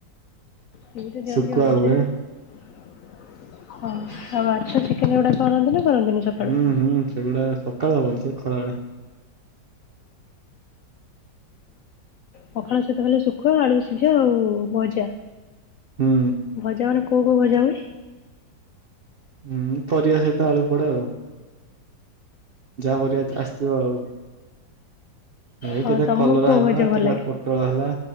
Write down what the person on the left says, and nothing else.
ଫ୍ରିରେ‌ ଦିଅନ୍ତି
ଆଉ ସେଇଥି
ପାଇଁ। ହଁ ଆଉ ମାଛ ଚିକେନ ଏଗୁଡା କରନ୍ତି ନା କରନ୍ତିନି ସକାଳୁ।
ପଖାଳ ସହିତ ଖାଲି ଶୁଖୁଆ ଆଳୁ ସିଝା ଆଉ ଭଜା।
ଭଜା ମାନେ କୋଉ କୋଉ ଭଜା ହୁଏ।
ହଁ
ତମକୁ
କୋଉ
ଭଜା ଭଲ
ଲାଗେ?